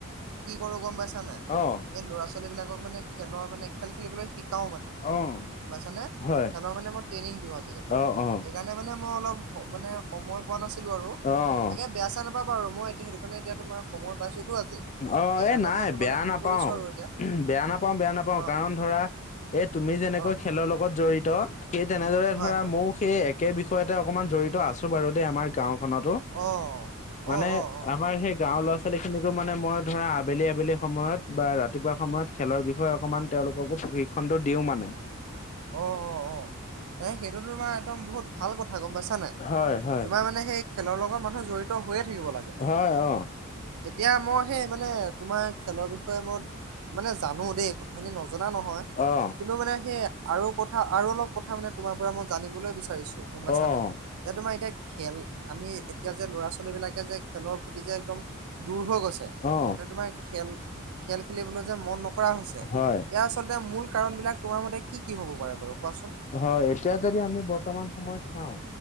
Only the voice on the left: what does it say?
অ',
অ',
হয়,
অ', অ',
অ'।
অ
এই নাই
বেয়া
নাপাওঁ
বেয়া নাপাওঁ বেয়া নাপাওঁ
কাৰণ ধৰা এই তুমি যেনেকৈ
খেলৰ লগত জড়িত সেই তেনেদৰে
ধৰা
মই সেই একে বিষয়তে অকমান জড়িত আছো বাৰু দেই আমাৰ গাঁওখনটো।
মানে
আমাৰ সেই গাঁৱৰ ল'ৰা-ছোৱালীখিনিকো মানে মই ধৰা আবেলি আবেলি সময়ত বা ৰাতিপুৱা সময়ত খেলৰ বিষয়ে অকমান তেওঁলোককো প্ৰশিক্ষণটো দিওঁ মানে।
হয় হয়
হয় অ।
অ
অ
অ
হয়
হয় এতিয়া যদি আমি বৰ্তমান সময়ত চাও